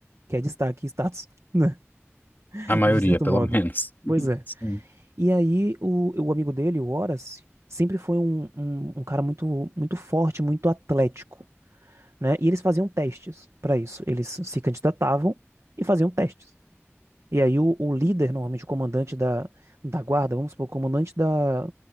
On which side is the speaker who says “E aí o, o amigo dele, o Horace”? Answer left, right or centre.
Right